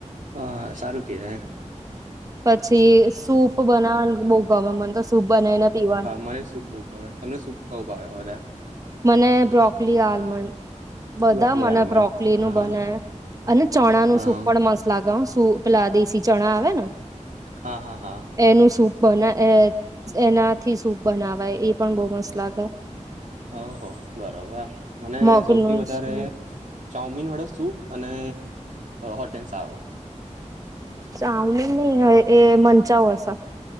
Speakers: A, on the right (about 75°); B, on the right (about 25°).
A: હ સારું કેવાય
B: પછી સૂપ બનાવાનું બહુ ગમે મને તો સૂપ બનાવીને પીવા
A: મને સુપ બહુ હવે તમને શું ખાવ ભાવે વધારે
B: મને બ્રોકલી આલમંડ બધા
A: બ્રોકલી
B: મને
A: આલમંડ
B: બ્રોકલી
A: હા
B: નું
A: હા
B: બને અને ચણા નું
A: હા
B: સુપડ મસ્ત લાવ શું પેલા દેશી ચણા આવે ને
A: હા હા હા
B: એનું સૂપ બના એનાથી સૂપ બનાવાય એ પણ બહુ મસ્ત લાગે
A: ઓહ બરોબર મને
B: મગનું
A: સૌથી વધારે
B: સૂપ
A: ચાઉમીન વડો સૂપ અને હોટ એન્ડ સાવર
B: સાવણી નહીં હોયે એ મનચાઉ હશે